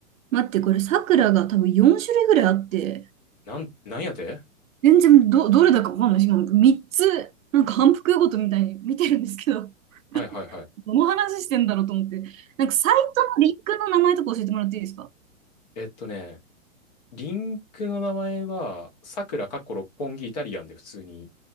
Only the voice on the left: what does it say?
う。なん、なんやて
はいはいはい。
えっとね、リンクの名前は、さくらかっこ六本木イタリアンで普通に